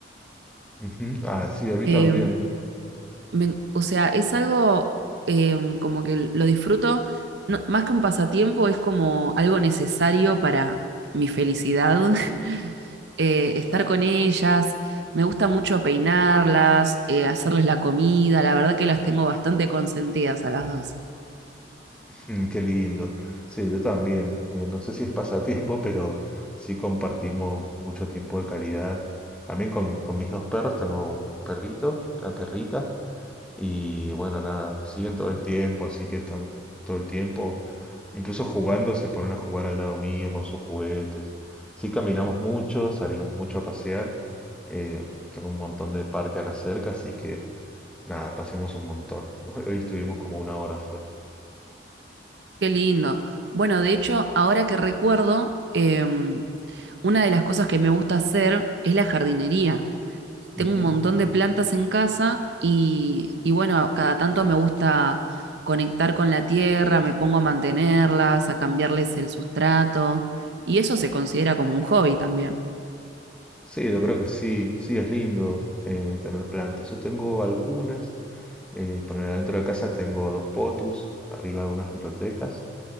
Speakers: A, in the centre; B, on the right.
A: Ujú. Ah, sí, a mí
B: Eh,
A: también.
B: me- o sea, es algo eh, como que lo disfruto, no- más que un pasatiempo, es como algo necesario para mi felicidad. <laughs> eh, estar con ellas, me gusta mucho peinarlas, eh, hacerles la comida, la verdad que las tengo bastante consentidas a las dos.
A: <laughs> Qué lindo. Sí, yo también. Eh, no sé si es pasatiempo, pero sí compartimos mucho tiempo de calidad. También con, con mis dos perros. Tengo un perrito, una perrita. Y bueno, nada, me siguen todo el tiempo, así que están todo el tiempo. Incluso jugando, se ponen a jugar al lado mío con sus juguetes. Sí, caminamos mucho, salimos mucho a pasear. Eh, tengo un montón de parque acá cerca, así que... Nada, pasemos un montón. <laughs> Hoy estuvimos como una hora afuera.
B: Qué lindo. Bueno, de hecho, ahora que recuerdo, em, Una de las cosas que me gusta hacer es la jardinería. Tengo
A: Ujú.
B: un montón de plantas en casa y, y bueno, cada tanto me gusta conectar con la tierra, me pongo a mantenerlas, a cambiarles el sustrato y eso se considera como un hobby también.
A: Sí, yo creo que sí, sí es lindo eh, tener plantas. Yo tengo algunas, eh, poner adentro de casa tengo dos potus, arriba algunas bibliotecas